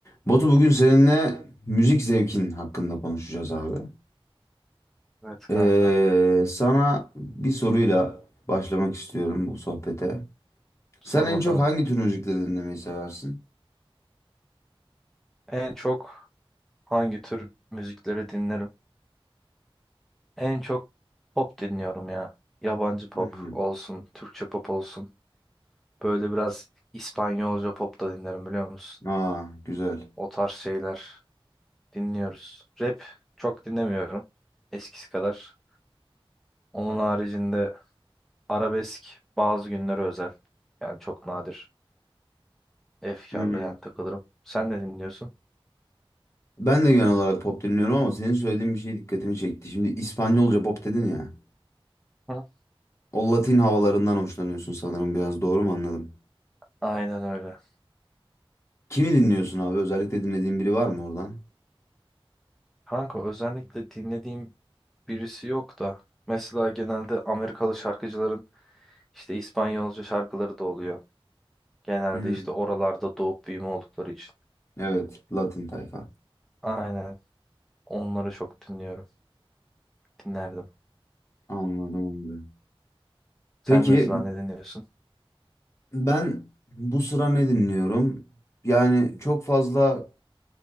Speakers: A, on the left; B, in the centre.
A: Batu bugün seninle müzik zevkin hakkında konuşacağız abi.
B: Evet
A: Ee,
B: kanka.
A: sana bir soruyla başlamak istiyorum bu sohbete.
B: Sor
A: Sen en
B: bakalım.
A: çok hangi tür müzikleri dinlemeyi seversin?
B: En çok hangi tür müzikleri dinlerim? En çok pop dinliyorum ya. Yabancı pop
A: Hı hı.
B: olsun, Türkçe pop olsun. Böyle biraz İspanyolca pop da dinlerim biliyor musun?
A: Aa, güzel.
B: O tarz şeyler dinliyoruz. Rap çok dinlemiyorum. Eskisi kadar. Onun haricinde arabesk bazı günlere özel. Yani çok nadir. Efkarlı
A: Hı hı.
B: yani takılırım. Sen ne dinliyorsun?
A: Ben de genel olarak pop dinliyorum ama senin söylediğin bir şey dikkatimi çekti. Şimdi İspanyolca pop dedin ya.
B: Hı?
A: O Latin havalarından hoşlanıyorsun sanırım biraz doğru mu anladım?
B: Aynen öyle.
A: Kimi dinliyorsun abi? Özellikle dinlediğin biri var mı oradan?
B: Kanka özellikle dinlediğim birisi yok da mesela genelde Amerikalı şarkıcıların işte İspanyolca şarkıları da oluyor. Genelde
A: Hı.
B: işte oralarda doğup büyüme oldukları için.
A: Evet, Latin tayfa.
B: Aynen. Onları çok dinliyorum. Dinlerdim.
A: Anladım. anladım.
B: Sen
A: Peki
B: mesela ne dinliyorsun?
A: Ben bu sıra ne dinliyorum? Yani çok fazla